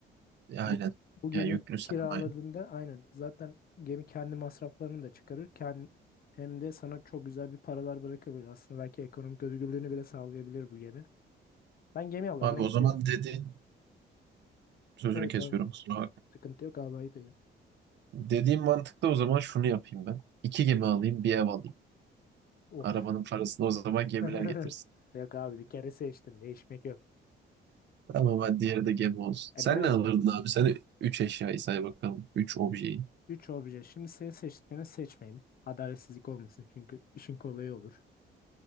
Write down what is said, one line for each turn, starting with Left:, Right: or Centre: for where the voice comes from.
Right: Ya
Left: Bu,
Right: Aynen.
Left: bu gemiyi
Right: Ya yüklü sermaye.
Left: kiraladığında aynen zaten gemi kendi masraflarını da çıkarır. Kend, hem de sana çok güzel bir paralar bırakabilir. Aslında belki ekonomik özgürlüğünü bile sağlayabilir bu gemi. Ben gemi alırdım.
Right: Abi
Left: En
Right: o
Left: ki-
Right: zaman dediğin sözünü
Left: Evet
Right: kesiyorum
Left: abi.
Right: kusura bakma.
Left: Sıkıntı yok abi ayıp ediyorum.
Right: Dediğim mantıkta o zaman şunu yapayım ben. İki gemi alayım, bir ev alayım.
Left: Of.
Right: Arabanın parasını o zaman gemiler
Left: <laughs>
Right: getirsin.
Left: Yok abi bir kere seçtim. Değişmek yok.
Right: Tamam hadi diğeri de gemi olsun.
Left: E,
Right: Sen
Left: biraz
Right: ne alırdın abi? Sen üç eşyayı say bakalım. Üç objeyi.
Left: 3 obje. Şimdi senin seçtiklerini seçmeyeyim. Adaletsizlik olmasın çünkü işin kolayı olur.